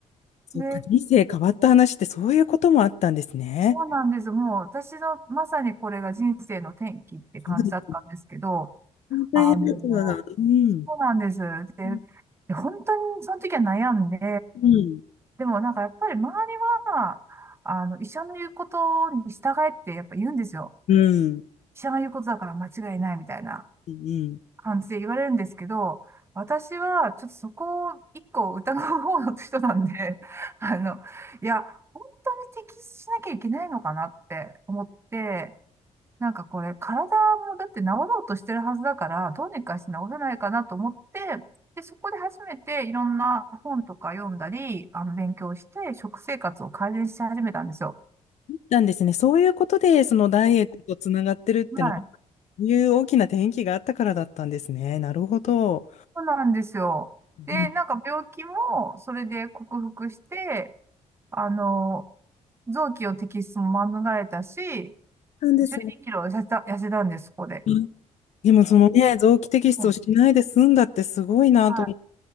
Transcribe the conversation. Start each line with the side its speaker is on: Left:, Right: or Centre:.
Left: そっか、
Right: いで、
Left: 人生変わった話ってそういうこともあったんですね。
Right: そうなんです。もう私のまさにこれが人生の転機って感じだったんですけど、
Left: そうです。大変ですわ。
Right: あの、
Left: うん。
Right: そうなんです。で、
Left: うん。
Right: で本当にその時は悩んで、
Left: うん。
Right: でもなんかやっぱり周りは、あの、医者の言うことに従えってやっぱ言うんですよ。
Left: うん。
Right: 医者が言うことだから間違いないみたいな
Left: うん。
Right: 感じで言われるんですけど、私はちょっとそこを一個疑う方の人なんで、<laughs> あの、いや、本当に適切しなきゃいけないのかなって思って、なんかこれ、体もだって治ろうとしてるはずだから、どうにかして治せないかなと思って、で、そこで初めていろんな本とか読んだり、あの、勉強して、食生活を改善し始めたんですよ。
Left: なんですね。そういうことで、そのダイエットとつながってるってのは
Right: はい。
Left: そういう大きな転機があったからだったんですね。なるほど。
Right: そうなんですよ。
Left: うん、
Right: で、なんか病気もそれで克服して、あの、臓器の摘出も免れたし、
Left: なんですね。
Right: 12キロ痩せた、痩せたんです、そこで。
Left: うんでもそのね、臓器摘出をしないで済んだってすごいなと思って、
Right: うんはい。